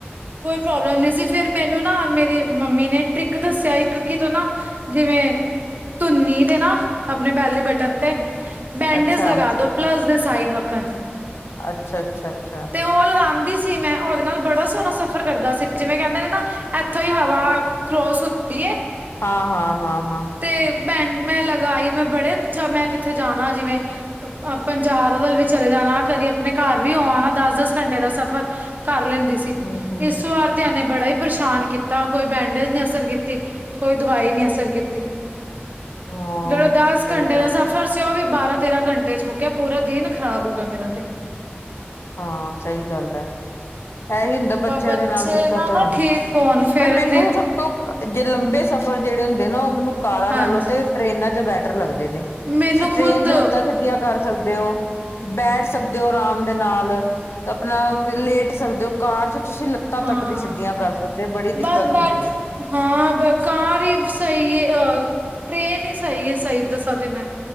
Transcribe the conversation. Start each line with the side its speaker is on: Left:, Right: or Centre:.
Right: ਕੋਈ ਪ੍ਰੋਬਲਮ ਨੀ ਸੀ, ਫੇਰ ਮੈਨੂੰ ਨਾ ਮੇਰੀ ਮੰਮੀ ਨੇ ਟ੍ਰਿਕ ਦੱਸਿਆ ਇੱਕ, ਕਿ ਤੁ ਨਾ ਜਿਵੇਂ, ਧੁਨੀ ਤੇ ਨਾ ਅਪਣੇ ਬੈਲੀ ਬਟਨ ਤੇ, ਬੈਂਡੇਜ
Left: ਅੱਛਾ
Right: ਲਗਾ ਦੋ, ਪਲੱਸ ਦੇ ਸਾਈਨ ਵੱਕਣ।
Left: ਅੱਛਾ-ਅੱਛਾ-ਅੱਛਾ।
Right: ਔ ਲਗਾਂਦੀ ਸੀ ਮੈ, ਔਦੇ ਨਾਲ ਬੜਾ ਸੋੱਣਾ ਸਫ਼ਰ ਕਰਦਾ ਸੀ, ਜਿਵੇਂ ਕੈੰਹਦੇ ਨੇ ਨਾ ਅਥੋਂ ਹੀ ਹਵਾ ਕਰੋਸ ਹੁੰਦੀ ਏ।
Left: ਹਾਂ-ਹਾਂ-ਹਾਂ-ਹਾਂ।
Right: ਤੇ ਮੈਂ, ਮੈਂ ਲਗਾਈ, ਮੈਂ ਬੜੇ ਅੱਛਾ, ਮੈਂ ਕਿੱਥੇ ਜਾਣਾ, ਜਿਵੇਂ ਪੰਜਾਬ ਵੱਲ ਵੀ ਚਲੇ ਜਾਣਾ, ਕਦੀ ਅਪਣੇ ਘਰ ਵੀ ਹੋ ਆਨਾ, ਦਸ-ਦਸ ਘੰਟੇ ਦਾ ਸਫ਼ਰ ਕਰ ਲੈਂਦੀ ਸੀ,
Left: ਹਮ ਹਮ
Right: ਇਸ ਵਾਰ ਤੇ ਐਨੇ ਬੜਾ ਹੀ ਪਰੇਸ਼ਾਨ ਕੀਤਾ, ਕੋਈ ਬੈਂਡੇਜ ਨੀ ਅਸਰ ਕੀਤੀ, ਕੋਈ ਦਵਾਈ ਨੀ ਅਸਰ ਕੀਤੀ।
Left: ਹਾਂ
Right: ਜਦੋ, ਦਸ
Left: ਸਹੀ
Right: ਘੰਟੇ
Left: ਗੱਲ
Right: ਦਾ ਸਫ ਸਫਰ ਸੀ, ਔ ਵੀ ਬਾਰਾਂ-ਤੇਰਾਂ ਕੰਟੇ ਚ ਮੁੱਕਿਆ। ਪੂਰਾ ਦਿਨ ਖਰਾਬ ਹੋ ਗਿਆ ਮੇਰਾ ਤੇ।
Left: ਹਾਂ ਸਈ ਗੱਲ ਐ। ਐ ਵੀ ਹੁੰਦਾ ਬੱਚਿਆਂ
Right: ਬੱਚੇ
Left: ਦੇ ਨਾਲ ਦਿੱਕਤ
Right: ਨਾ
Left: ਹੋ
Right: ਨਾ
Left: ਜਾਂਦੀ।
Right: ਠੀਕ ਹੋਣ ਫੇਰ
Left: ਪਰ ਮੈਨੂੰ
Right: ਇਨੇ
Left: ਸਭ ਤੋਂ ਜੇ ਲੰਬੇ ਸਫ਼ਰ ਜੇੜੇ ਹੁੰਦੇ ਨਾ, ਔ ਮੈਨੂੰ ਕਾਰਾਂ
Right: ਹਾਂਜੀ
Left: ਨਾਲੋਂ ਤੇ ਟ੍ਰੇਨਾਂ ਚ ਬੈਟਰ ਲੱਗਦੇ ਨੇ।
Right: ਮੈਨੂੰ
Left: ਤੁਸੀਂ, ਟ੍ਰੇਨ
Right: ਖੁਦ
Left: ਚ ਲੱਤਾ ਸ ਲੰਬੀਆਂ ਕਰ ਸਕਦੇ ਹੋ, ਬੈਠ ਸਕਦੇ ਹੋ ਆਰਾਮ ਦੇ ਨਾਲ, ਅਪਣਾ ਲੇਟ ਸਕਦੇ ਹੋ, ਕਾਰ ਚ ਤੁਸੀਂ ਲੱਤਾਂ
Right: ਹਾਂ
Left: ਤੱਕ ਨੀ ਸਿੱਧੀਆਂ ਕਰ ਸਕਦੇ, ਬੜੀ ਦਿੱਕਤ
Right: ਬਸ
Left: ਹੁੰਦੀ
Right: ਬੈਠ
Left: ਐ।
Right: ਹਾਂ ਕਾਰ ਈ ਸਹੀ ਐ, ਅ ਟ੍ਰੇਨ ਈ ਸਈ ਏ, ਸਈ ਦੱਸਾਂ ਤੇ ਮੈਂ।